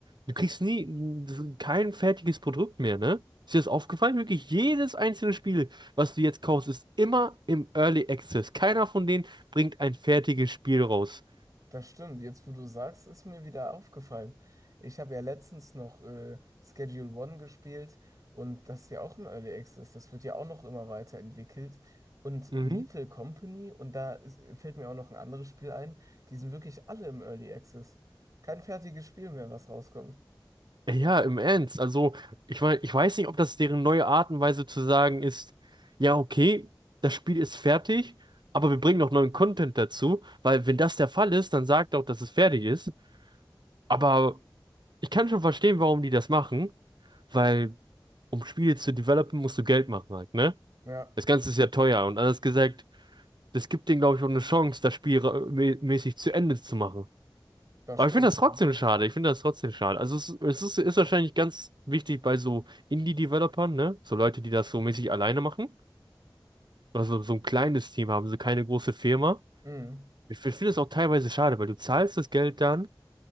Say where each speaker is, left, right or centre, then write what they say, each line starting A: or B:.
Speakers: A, on the right; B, on the right.
A: Du kriegst nie kein fertiges Produkt mehr, ne? Ist dir das aufgefallen? Wirklich jedes einzelne Spiel, was du jetzt kaufst, ist immer im Early Access. Keiner von denen bringt ein fertiges Spiel raus.
B: das stimmt. Jetzt, wo du sagst, ist mir wieder aufgefallen. Ich habe ja letztens noch äh, Schedule One gespielt und das ist ja auch im Early Access. Das wird ja auch noch immer weiterentwickelt. Und
A: Mhm.
B: Lethal Company, und da ist, fällt mir auch noch ein anderes Spiel ein, die sind wirklich alle im Early Access. Kein fertiges Spiel mehr, was rauskommt.
A: Ja, im Ernst. Also, ich meine, ich weiß nicht, ob das deren neue Art und Weise zu sagen ist, ja, okay, das Spiel ist fertig, aber wir bringen noch neuen Content dazu, weil wenn das der Fall ist, dann sagt auch, dass es fertig ist. Aber ich kann schon verstehen, warum die das machen, weil um Spiele zu developen, musst du Geld machen halt, ne?
B: Ja,
A: Das Ganze ist ja teuer und anders gesagt, das gibt denen, glaube ich, auch eine Chance, das Spiel ra- mä- mäßig zu Ende zu machen.
B: das
A: Aber
B: stimmt.
A: ich finde das
B: Ja.
A: trotzdem schade, ich finde das trotzdem schade. Also es, es ist, ist wahrscheinlich ganz wichtig bei so Indie-Developern, ne? So Leute, die das so mäßig alleine machen. Also so so ein kleines Team haben, so keine große Firma.
B: Mhm.
A: Ich, ich finde es auch teilweise schade, weil du zahlst das Geld dann